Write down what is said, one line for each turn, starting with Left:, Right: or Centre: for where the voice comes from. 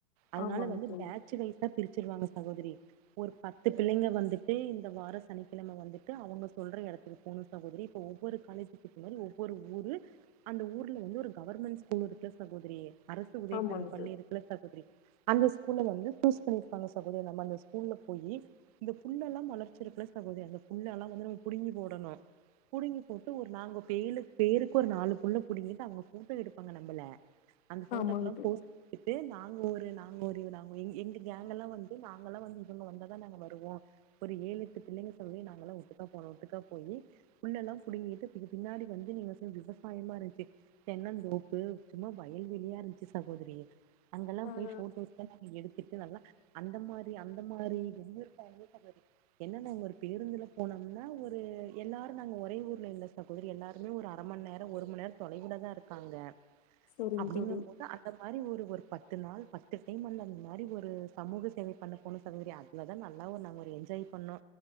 Right: அதனால
Left: ஆமாங்
Right: வந்து
Left: தோழி
Right: பேட்சு வைய்ஸா பிரிச்சிருவாங்க சகோதரி ஒரு பத்து பிள்ளைங்க வந்துட்டு இந்த வார சனிக்கிழம வந்து ட்டு அவுங்க சொல்ற எடத்துக்கு போகுனு சகோதரி இப்ப ஒவ்வொரு காலேஜிக்கு பின்னாடி ஒவ்வொரு ஊரு அந்த ஊர்ல வந்து ஒரு கவர்மெண்ட் ஸ்கூல் இருக்கல்ல சகோதரி அரசு உதவி
Left: ஆமாங்
Right: பெறும் பள்ளி
Left: தோழி
Right: இருக்கல்ல சகோதரி அந்த ஸ்கூல்ல வந்து சூஸ் பண்ணிருக்காங்க சகோதரி நம்ம அந்த ஸ்கூல்ல போயி அந்த புல் எல்லா மொளச்சிருக்கல்ல சகோதிரி அந்த புல் எல்லா வந்து நம்ம புடுங்கி போடணு புடுங்கி போட்டு ஒரு நாங்க பேழு பேருக்கு ஒரு நாலு புல்ல புடிங்கிட்டு அவுங்க போட்டோ எடுப்பாங்க நம்மள அந்த ஃபோட்டோகெல்லா
Left: ஆமாங் தோழி
Right: போஸ் த்து நாங்க ஒரு நாங்க ஒரு நாங்க எங் எங்க கேங்கெல்லா வந்து நாங்க எல்லா வந்து இவுங்க வந்தாதா நாங்க வருவோ ஒரு ஏழு எட்டு பிள்ளைங்க தோழி நாங்க எல்லா ஒட்டுக்கா போனோ ஓட்டுக்கா போயி புல்லெல்லா புடுங்கிட்டு இதுக்கு பின்னாடி வந்து நீங்க செ விவசாயமா இருஞ்ச்சு தென்னந்தோப்பு சும்மா வயல் வெளியா இருந்துச்சு சகோதரி அங்கெல்லா
Left: ஆ
Right: போய் ஃபோட்டோஸ்தான் நாங்க எடுத்துட்டு நல்லா அந்த மாரி அந்த மாரி ஒவ்வொரு ஃபேமிலிக்கு இருக்க என்ன நாங்க ஒரு பேருந்துல போனம்னா ஒரு எல்லாரு நாங்க ஒரே ஊர்ல இல்ல சகோதரி எல்லாருமே ஒரு அர மண்நேரோ ஒரு மண்நேரோ தொலைவிலதா இருக்காங்க
Left: சரிங்
Right: அப்டிங்கும்போது
Left: தோழி
Right: அந்த மாரி ஒரு ஒரு பத்து நாள் பத்து டைம் அந்த அந்த மாரி ஒரு சமூக சேவை பண்ண போன சகோதரி அங்தா நல்லாவு நாங்க ஒரு என்ஜாய் பண்ணோ